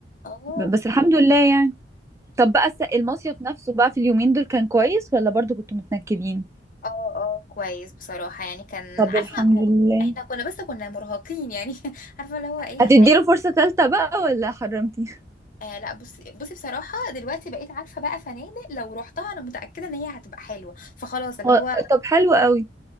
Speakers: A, on the left; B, on the right.
A: اه
B: ب- بس الحمد لله يعني طب بقى الس- المصيف نفسه بقى في اليومين دول كان كويس ولا برضو كنتوا متنكدين؟
A: اه اه كويس بصراحة يعني كان
B: طب
A: عارفة
B: الحمد
A: هو-
B: لله
A: احنا كنا بس كنا مرهقين يعني <laughs> عارفة اللي هو ايه
B: هتديله
A: احنا ايه
B: فرصة تالتة بقى ولا حرمتي
A: آه لا بصي بصي بصراحة دلوقتي بقيت عارفة بقى فنادق لو رحتها انا متأكدة ان هي هتبقى حلوة فخلاص اللي
B: هو-
A: هو
B: طب حلو قوي